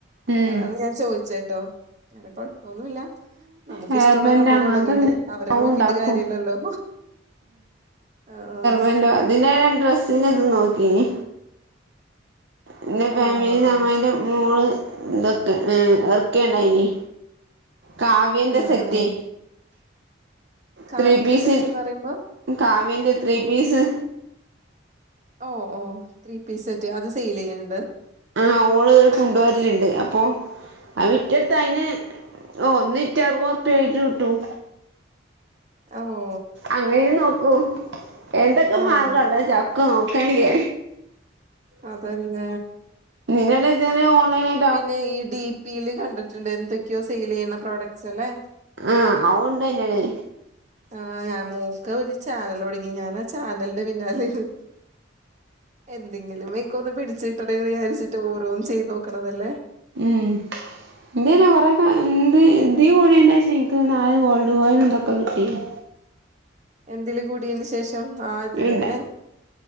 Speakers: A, on the right (about 60°); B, on the right (about 40°).
A: ഉം
B: അതാണ് ഞാൻ ചോദിച്ചത്ട്ടോ, വേറെ കൊഴപ്പൊന്നുല്ല. നമുക്ക്
A: ഹെയർ
B: ഇഷ്ടമുള്ളത്
A: ബാൻഡ്
B: നമ്മള്
A: അങ്ങനത്തെ
B: തുടങ്ങണ്ടേ,
A: എന്തെങ്കിലും
B: അവരെ നോക്കിട്ട്
A: ഉണ്ടാക്കും
B: കാര്യല്ലല്ലോ. അ ആഹ്.
A: കണ്ടോ, അതിന്റെ ഡ്രസ്സിന്റെ തും നോക്കിനി ഇന്റെ ഫാമിലിന്ന്
B: ആഹ്
A: അമ്മായിന്റെ മോള് ഇ <unintelligible> എറക്കീണ്ടായിനി. കാവ്യൻ്റെ
B: ആഹ്
A: സെറ്റേ.
B: ആഹ് കാവ്യന്റെ
A: ത്രീ പീസ്,
B: സെറ്റ്ന്ന് പറയുമ്പോ
A: കാവിയന്റെ ത്രീ പീസ്.
B: ഓഹ്, ഓഹ് ത്രീ പീസ് സെറ്റ് അത് സെയിൽ ചെയ്യ്ന്ണ്ട്.
A: ആഹ്, ഓള് കുണ്ടോരലുണ്ട് അപ്പൊ ആ വിറ്റൊടുത്ത അയിന് ഓഹ്, ഒന്നിറ്റ അറുപത് ഉറുപ്പ്യ ആയിട്ട് കിട്ടും.
B: അഹോ
A: അങ്ങനെയും നോക്കൂ. എന്തൊക്കെ
B: ആഹ്
A: മാർഗണ്ടോ ച്ചക്ക നോക്കേണ്ടി.
B: അതന്നേ
A: നിങ്ങളുടെ വിചാരം ഓൺലൈൻ ആയി
B: പിന്നെ ഈ ഡി പി യില് കണ്ടിട്ടുണ്ട് എന്തൊക്കെയോ സെയിൽ ചെയ്യണ പ്രോഡക്ട്സ് അല്ലേ.
A: ആഹ് അവുണ്ടന്നേ
B: ആഹ് ഞാ മോക്ക് ഒരു ചാനല് തുടങ്ങി. ഞാൻ ആ ചാനലിന്റെ പിന്നാലെ ആണ്. എന്തെങ്കിലും വഴിക്ക് ഒന്ന് പിടിച്ചിട്ടട്ടെന്ന് വിചാരിച്ചിട്ട് ഓരോന്ന് ചെയ്ത് നോക്കണതല്ലേ
A: ഉം ഇന്ത്ന്നെ കൊറെേക്ക എന്ത് ഇ കൂടിയന്റെ ശേഷം ഇൻക് നാല് ഗോൾഡ് കോയിനും ഇതൊക്കെ കിട്ടിണ്.
B: എന്തില് കൂടിയന് ശേഷം? ആതല്ലല്ലേ,
A: ഇണ്ട